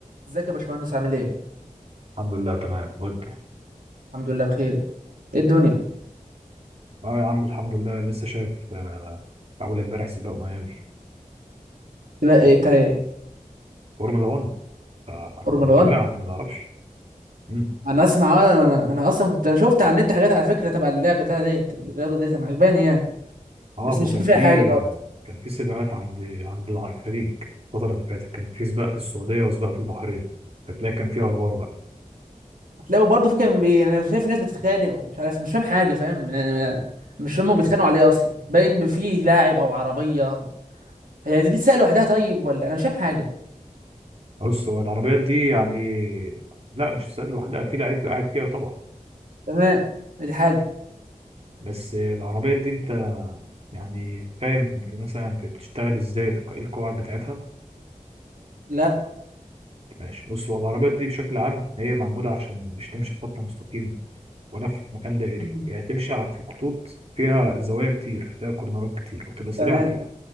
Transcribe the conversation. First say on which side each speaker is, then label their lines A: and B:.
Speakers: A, on the right (about 85°); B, on the right (about 45°).
A: ازيك يا باشمهندس عامل ايه؟
B: الحمد لله تمام وانت
A: الحمد لله بخير ايه الدنيا؟
B: اه يا عم الحمد لله لسه شايف آه، اول امبارح سباق ميامي
A: تبقى ايه بتاع ايه؟
B: فورمولا 1 فانا
A: فورمولا
B: بتابعها
A: 1
B: انت ما تعرفش مم.
A: انا اسمع اه، انا انا انا اصلا كنت انا شفت على النت حاجات على فكره تبع اللعبه بتاع ديت الرياضه ديت انا عجباني يعني بس
B: اه ما
A: مش
B: كان
A: فاهم فيها
B: في
A: حاجه خالص
B: كان في سباقات عند عند الخليج الفتره اللي فاتت كان في سباق في السعوديه وسباق في البحرين فتلاقي كان في اخبار بقى
A: هتلاقوا برضه في كان بي... انا شايف ناس بتتخانق ومش عارف مش فاهم حاجه فاهم يعني ما- مش فاهم هما بيتخانقوا عليه اصلا باين فيه لاعب او عربيه هي دي تتسال لوحدها طيب ولا انا مش فاهم حاجه
B: بص هو العربيات دي يعني لا مش سباق لوحدها في لعيب قاعد فيها طبعا
A: تمام ادي حاجه
B: بس العربيات دي انت يعني فاهم في مثلا بتشتغل ازاي القواعد بتاعتها
A: لا
B: ماشي بص هو العربيات دي بشكل عام هي معمولة عشان مش تمشي في خط مستقيم ولا في مكان دائري
A: مم.
B: هي تمشي ع- في خطوط فيها زوايا كتير فيها كورنرات كتير وتبقى سريعة
A: تمام
B: فيها